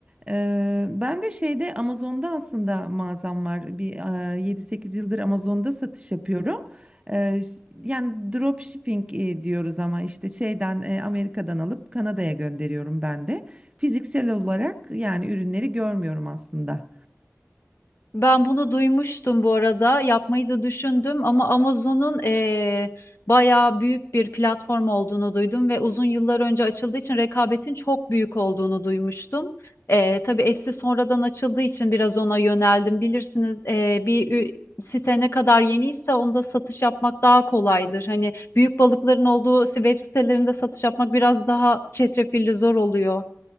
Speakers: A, on the right; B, on the left.
A: Ee, ben de şeyde Amazon'da aslında mağazam var. Bir e, 7-8 yıldır Amazon'da satış yapıyorum. Ee, ş- yani drop shipping e, diyoruz ama işte şeyden e, Amerika'dan alıp Kanada'ya gönderiyorum ben de. Fiziksel olarak yani ürünleri görmüyorum aslında.
B: Ben bunu duymuştum bu arada. Yapmayı da düşündüm ama Amazon'un eee bayağı büyük bir platform olduğunu duydum ve uzun yıllar önce açıldığı için rekabetin çok büyük olduğunu duymuştum. Eee tabii Etsy sonradan açıldığı için biraz ona yöneldim. Bilirsiniz eee, bir ü- site ne kadar yeniyse onda satış yapmak daha kolaydır. Hani büyük balıkların olduğu web sitelerinde satış yapmak biraz daha çetrefilli zor oluyor.